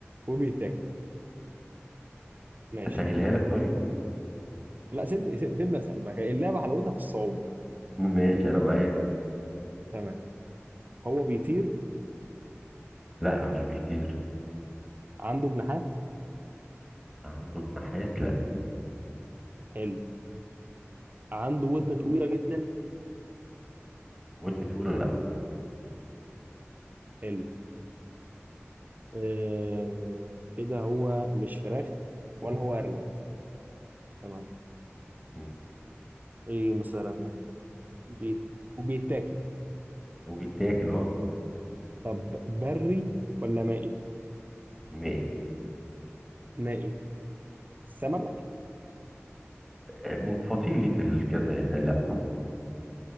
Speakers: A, on the right (about 40°); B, in the centre.
A: وبيتاكل ماشي
B: اسهلها لك طيب
A: لا سيبني سيب- سيبني أسأل ما هي اللعبة حلاوتها في الصعوبة
B: ماشي انا معاك
A: تمام هو بيطير
B: لا مش بيطير
A: عنده جناحات
B: عنده جناحات لا
A: حلو عنده ودن طويلة جدا
B: ودن طويلة لا
A: حلو آه كده هو مش فراخ ولا هو أرنب تمام
B: مم.
A: ايه مثلا بيت وبيتاكل
B: وبيتاكل اه
A: طب بري ولا مائي؟
B: مائي
A: مائي سمك؟
B: آه، من فصيلة الكذا يعني لا